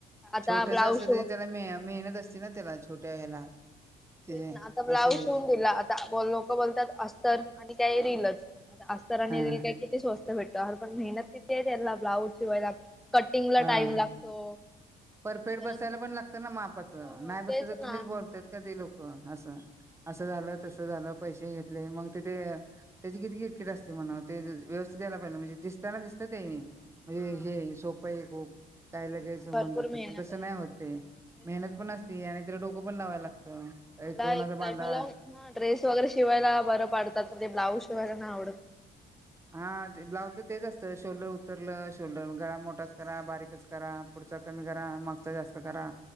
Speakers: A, in the centre; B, on the right.
A: आता
B: छोटस
A: ब्लाउज
B: असलं तरी त्याला मे मेहनत असते ना त्याला छोट्या ह्याला. ते
A: तेच ना आता ब्लाउज
B: असं आहे
A: शिवून
B: ते
A: दिला, आता लोक बोलतात अस्तर आणि काय रिलच. आता अस्तर आणि
B: हा
A: रील काय किती स्वस्त भेटतो. अरे पण मेहनत किती आहे त्याला ब्लाउज शिवायला. कटिंग ला
B: हा
A: टाईम लागतो.
B: परफेक्ट
A: परत
B: बसायला पण लागतं ना मापाचं,
A: हो
B: नाही बसल
A: तेच
B: तर
A: ना
B: तुम्हीच बोलताय का ते लोकं. हो असं असं झालं तस झालं. पैसे घेतले मगं तिथे त्याची किती किट किट असते, म्हणावं अ व्यवस्थित यायला पाहिजे म्हणजे दिसताना तते म्हणजे
A: हा
B: हे सोपंय खूप काय लगेचं
A: पण
B: होऊन
A: भरपूर
B: जा त
A: मेहनत
B: पण तसं
A: आहे.
B: नाही होत ते
A: तेच
B: मेहनत
A: ना.
B: पण असती आणि तिला डोकं पण लावायला लागतं
A: मला
B: कोणाचा
A: एक
B: बांधा
A: टाईमला हा ड्रेस वगैरे शिवायला बरं पाडतात, मग ते ब्लाउज शिवायला नाही आवडतं.
B: हा ब्लाउजच अ तेच असतं शोल्डर उतरलं शोल्डर ग गळा मोठाच करा बारीकच करा. ढचा कमी करा मागचा जास्त करा.